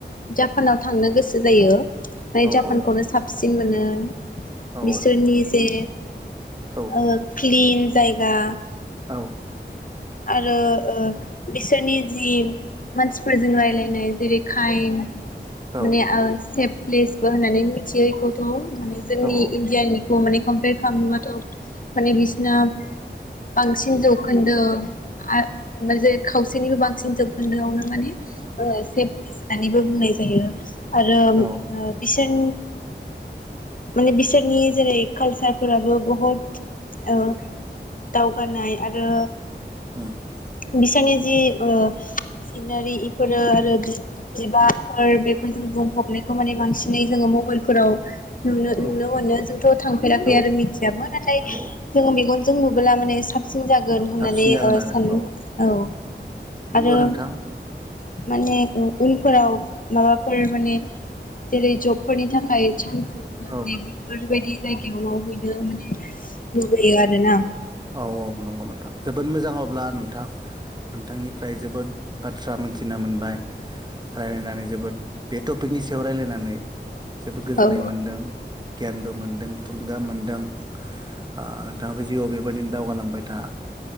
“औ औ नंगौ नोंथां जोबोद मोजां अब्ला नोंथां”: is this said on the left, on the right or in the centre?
Right